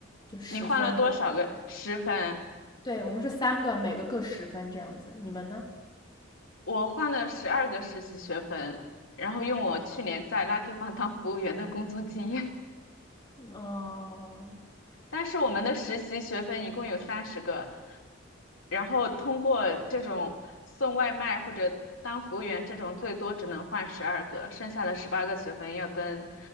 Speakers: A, on the left; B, on the left.
A: 就十分就能，
B: 你换了多少个十分？
A: 对，我们是三个，每个各十分这样子，你们呢？
B: 我换了十二个实习学分，然后用我去年在 Lucky f 当服务员的工作经验。
A: 哦，
B: 但是我们的实习学分一共有三十个，然后通过这种送外卖或者当服务员这种，最多只能换十二个，剩下的十八个学分要跟